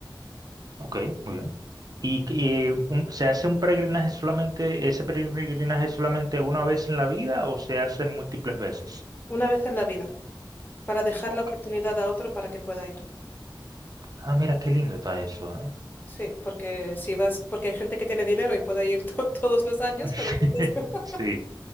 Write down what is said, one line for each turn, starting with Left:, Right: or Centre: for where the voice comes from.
Right: ok, muy bien. ¿Y eh, un- se hace un peregrinaje solamente, ese peregrinaje solamente una vez en la vida o se hace múltiples veces?
Left: Una vez en la vida, para dejar
Right: Ok.
Left: la oportunidad a otro para que pueda ir.
Right: Ah, mira, qué lindo está eso, ¿eh?
Left: Sí, porque si vas, porque hay gente que tiene dinero y puede ir <laughs> to- todos los años, pero
Right: <laughs>
Left: entonces, <laughs>
Right: Sí,